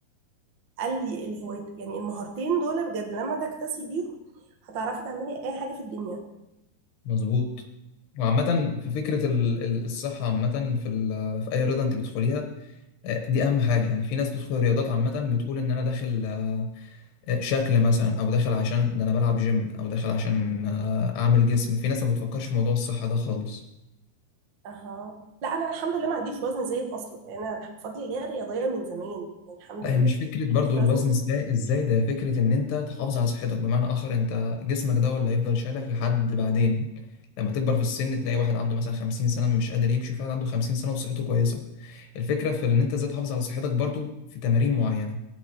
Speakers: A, on the right; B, on the left.
A: قال لي الهواية يعني المهارتين دول بجد لما تكتسي بيهم هتعرفي تعملي اي حاجه في الدنيا
B: مظبوط وعامة في فكرة ال- ال- الصحة عامة في ال- في أي رياضة أنت بتدخليها آه، دي أهم حاجة يعني في ناس بتدخل رياضات عامة بتقول إن أنا داخل آه، شكل مثلا أو داخل عشان ده أنا بلعب جيم أو داخل عشان آه، أعمل جسم في ناس ما بتفكرش في موضوع الصحة ده خالص
A: اها لا انا الحمد لله ما عنديش وزن زايد اصلا يعني انا بفضل اللي هي رياضيه من زمان يعني الحمد
B: لا
A: لله
B: هي مش فكرة برضو
A: ما عنديش
B: الوزن
A: وزن زايد
B: ازاي ازاي ده فكرة ان انت تحافظ على صحتك بمعنى اخر انت جسمك ده هو اللي هيفضل شايلك لحد بعدين لما تكبر في السن تلاقي واحد عنده مثلا 50 سنة مش قادر يمشي فعلا عنده 50 سنة وصحته كويسة الفكرة في ان انت ازاي تحافظ على صحتك برضو في تمارين معينة